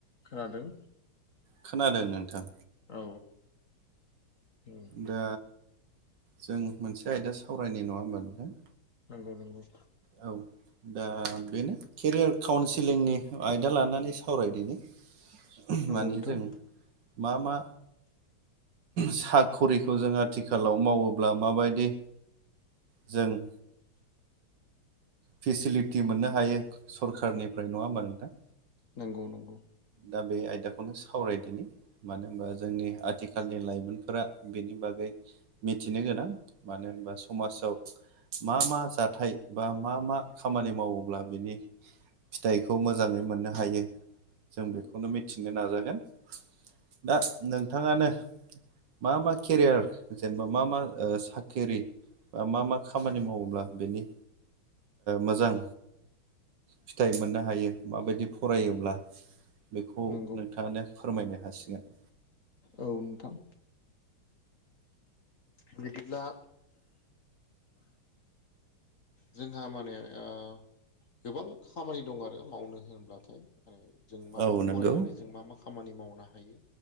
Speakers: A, on the left; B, on the right.
A: खोनादों
B: खोनादों नोंथां।
A: औ औ
B: दा जों मोनसे आयदा सावरायनि नङा होमबा नोंथां?
A: नोंगौ नोंगौ
B: औ दा बेनो केरियार काउन्सिलिंनि आयदा लानानै सावरायदिनि।
A: नंगौ
B: मानि
A: नोंथां
B: जों मा मा साखरिखौ जों आथिखालाव मावोब्ला माबायदि जों फिसिलिटि मोननो हायो सरखारनि फ्राय नङा होमबा नोंथां?
A: नंगौ नंगौ।
B: दा बे आयदाखौनो सावरायदोनि। मानो होनबा जोंनि आथिखालनि लाइमोनफोरा बेनि बागै मिथिनो गोनां मानो होनबा समाजाव मा मा जाथाय बा मा मा खामानि मावोब्ला बेनि फिथाइखौ मोजाङै मोननो हायो। जों बेखौनो मिथिनो नाजागोन दा नोंथाङानो मा मा केरियार जेनेबा मा मा साख्रिरि बा मा मा खामानि मावोब्ला बेनि मोजां फिथाइ मोननो हायो माबायदि फरायोब्ला बेखौ
A: नंगौ
B: नोंथाङानो फोरमायनो हासिगोन।
A: औ नोंथां बिदिब्ला जोंहा माने ओ गोबां खामानि दं आरो मावनो होनोब्लाथाय <unintelligible> जों मा
B: औ
A: मा
B: नंगौ
A: फरायनानै जों मा मा खामानि मावनो हायो